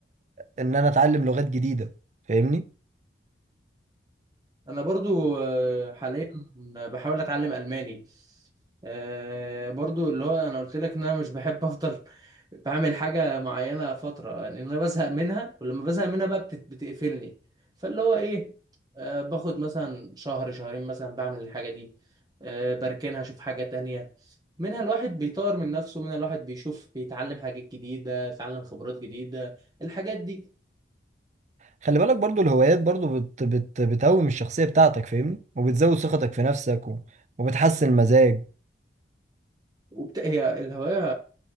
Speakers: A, on the right; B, on the right.
A: ان انا اتعلم لغات جديدة فاهمني
B: انا برضو آه، حاليا بحاول اتعلم الماني آه، برضو اللي هو انا قلت لك ان انا مش بحب افضل بعمل حاجه معينه فتره لان انا بزهق منها ولما بزهق منها بقى بتت- بتقفلني فاللي هو ايه آه، باخد مثلا شهر شهرين مثلا بعمل الحاجه دي آه، بركنها اشوف حاجه تانية منها الواحد بيطور من نفسه منها الواحد بيشوف بيتعلم حاجات جديده يتعلم خبرات جديده الحاجات دي
A: خلي بالك برضو الهوايات برضو بت بت بتقوم الشخصية بتاعتك فاهمني وبتزود ثقتك في نفسك و... وبتحسن المزاج
B: وبت... هي الهواية